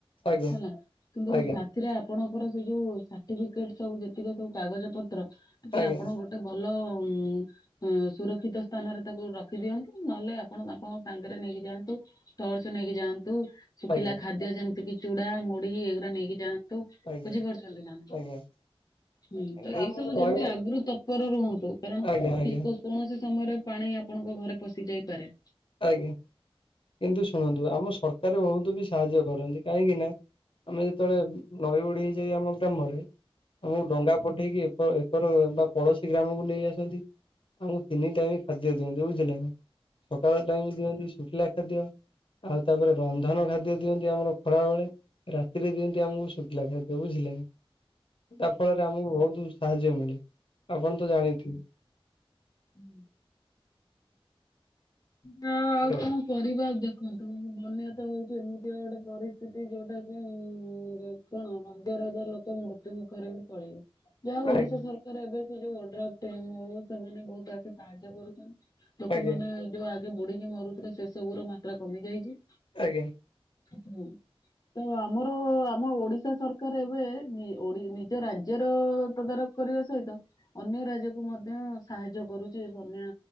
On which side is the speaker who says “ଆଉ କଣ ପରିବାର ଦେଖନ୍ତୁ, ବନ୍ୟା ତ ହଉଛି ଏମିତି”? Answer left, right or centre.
Left